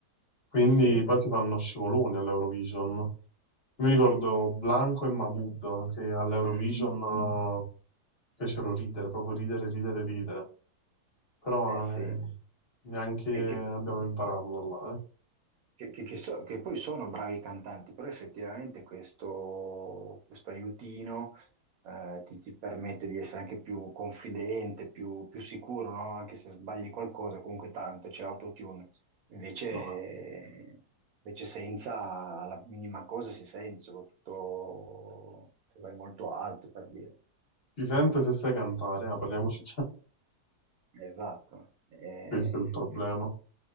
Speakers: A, on the left; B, on the right.
A: quindi
B: Eh sì, eh,
A: poi si fanno scivoloni all'Eurovision. Mi ricordo Blanco e Mahmood che all'Eurovision
B: Mm.
A: Mm. eh, fecero ridere, proprio ridere, ridere, ridere. Però
B: eh sì.
A: eh, neanche
B: Che, che-
A: abbiamo imparato da là, eh.
B: che, che- che so- che poi sono bravi cantanti, però effettivamente questo, questo aiutino eh, ti, ti permette di essere anche più confidente, più, più sicuro, no? Anche se sbagli qualcosa, comunque tanto c'è l'autotune. Invece,
A: No,
B: invece senza la minima cosa si sente, soprattutto se vai molto alto, per dire.
A: si sente se sai cantare, ah, parliamoci
B: Esatto. Eh,
A: Questo è il problema.